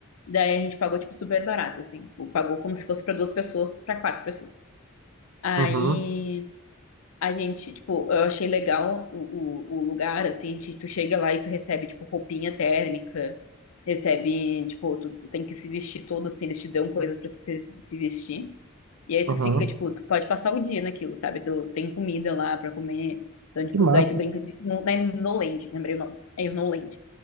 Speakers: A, on the left; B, on the right.
A: Daí a gente pagou, tipo, super barato, assim. Tipo, pagou como se fosse pra duas pessoas, pra quatro pessoas. Aí.
B: Uhum.
A: A gente, tipo, eu achei legal o, o, o lugar, assim, de tu chega lá e tu recebe, tipo, roupinha térmica, recebe, tipo, tu, tu tem que se vestir todo, assim, eles te dão coisas pra se, se vestir. E aí
B: Uhum.
A: tu fica, tipo, tu pode passar o dia naquilo, sabe? Tu tem comida lá pra comer. Então, tipo,
B: Que massa.
A: aí tu brinca de. Não, não é Snowland, lembrei o nome. É Snowland.